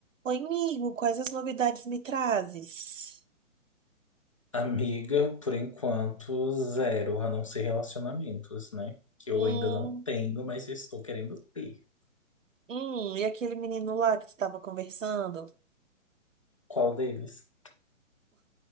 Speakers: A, on the right; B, on the left.
A: Oi, amigo, quais as novidades me trazes?
B: Amiga, por enquanto, zero, a não ser relacionamentos, né? Que eu
A: Hum,
B: ainda não tenho, mas estou querendo ter.
A: hum, e aquele menino lá que tu tava conversando?
B: Qual deles?